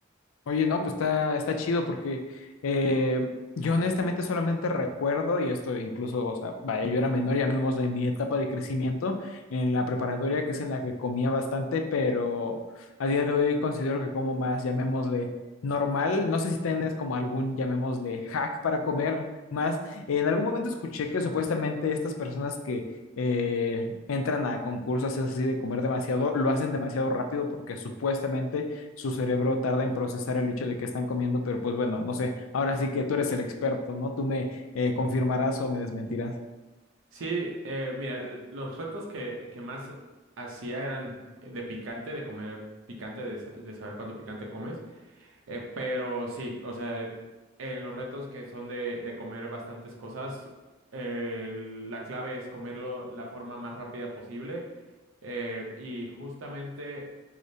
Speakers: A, on the left; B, on the right.
A: Oye, no, pues está, está chido porque eh, yo honestamente solamente recuerdo, y esto incluso, o sea, vaya, yo era menor, llamémosle mi etapa de crecimiento en la preparatoria, que es en la que comía bastante, pero a día de hoy considero que como más, llamémosle normal. No sé si tienes como algún, llamémosle hack para comer más. En algún momento escuché que supuestamente estas personas que eh, entran a concursos así de comer demasiado, lo hacen demasiado rápido porque supuestamente su cerebro tarda en procesar el hecho de que están comiendo, pero pues bueno, no sé, ahora sí que tú eres el experto, ¿no? Tú me eh, confirmarás o me desmentirás.
B: Sí, eh, mira, l- los retos que, que más hacía eran de picante, de comer picante, de, sa- de saber cuánto picante comes. Eh, pero sí, o sea, en los retos que son de, de comer bastantes cosas, eh, la clave es comerlo la forma más rápida posible. Eh, y justamente,